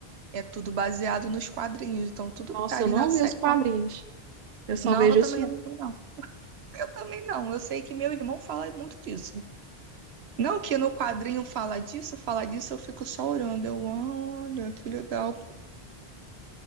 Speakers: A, on the right; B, on the right.
A: É tudo baseado nos quadrinhos. Então, tudo
B: Nossa,
A: que tá ali
B: eu não
A: na série
B: vi os quadrinhos.
A: tá-
B: Eu só
A: Não,
B: vejo
A: eu também
B: os filmes.
A: não, não. Eu também não. Eu sei que meu irmão fala muito disso. Não que no quadrinho fala disso, fala disso, eu fico só olhando. Eu, olha, que legal.